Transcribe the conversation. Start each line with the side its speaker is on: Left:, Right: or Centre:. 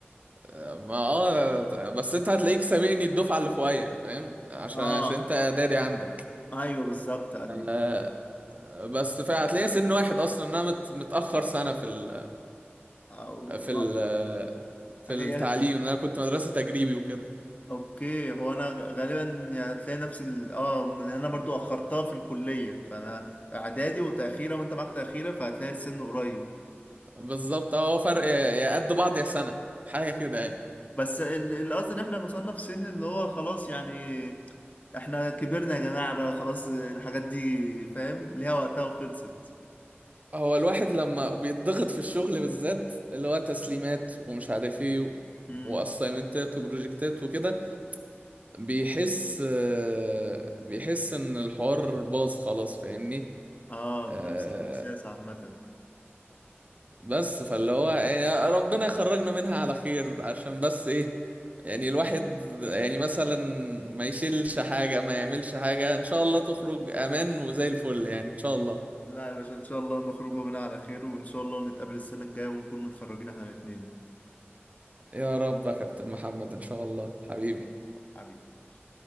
Right: ما اه بس انت هتلاقيك سابقني الدفعه اللي فوقيا فاهم عشان
Left: اه
Right: عشان انت اعدادي عندك
Left: ايوه بالظبط ايوه
Right: آه، بس فهتلاقي سن واحد اصلا إن انا مت- متاخر سنه في ال
Left: أو...
Right: في ال في
Left: هي
Right: التعليم ان انا كنت مدرسة تجريبي وكده
Left: اوكي هو انا غالبا يعني هتلاقي نفس ال... اه لان انا برضو اخرتها في الكليه فانا اعدادي وتاخيره وانت معاك تاخيره فهتلاقي السن قريب
Right: بالظبط هو فرق يا قد بعض يا سنة حاجة كده يعني
Left: بس ال- القصد ان احنا وصلنا في سن اللي هو خلاص يعني احنا كبرنا يا جماعة بقى خلاص الحاجات دي فاهم ليها وقتها وخلصت
Right: هو الواحد لما بيتضغط في الشغل بالذات اللي هو تسليمات ومش عارف ايه
Left: امم
Right: واسايمنتات وبروجكتات وكده بيحس آه، بيحس ان الحوار باظ خلاص فاهمني
Left: اه
Right: آه،
Left: نفس الاحساس عامة
Right: بس فاللي هو يعني ربنا يخرجنا منها على خير عشان بس ايه يعني الواحد يعني مثلا ما يشيلش حاجة ما يعملش حاجة ان شاء الله تخرج امان وزي الفل يعني ان شاء الله
Left: لا يا باشا ان شاء الله نخرج منها على خير وان شاء الله نتقابل السنة الجاية ونكون متخرجين احنا الاتنين
Right: يا رب يا كابتن محمد ان شاء الله حبيبي
Left: إن شاء الله حبيبي يا باشا